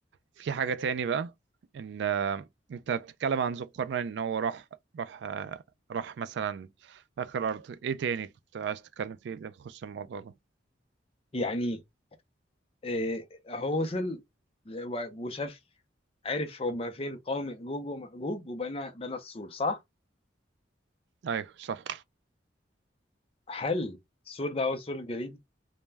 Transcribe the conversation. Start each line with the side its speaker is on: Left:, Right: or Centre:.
Right: في حاجة تاني بقى ان آه، انت بتتكلم عن ذو القرنين ان هو راح راح آه، راح مثلا اخر ارض ايه تاني كنت عايز تتكلم فيه اللي يخص الموضوع ده
Left: يعني إيه هو وصل ل- و- وشاف عرف هما فين قوم يأجوج ومأجوج وبنى بنى السور صح؟
Right: ايوه صح
Left: هل السور ده هو السور الجليدي؟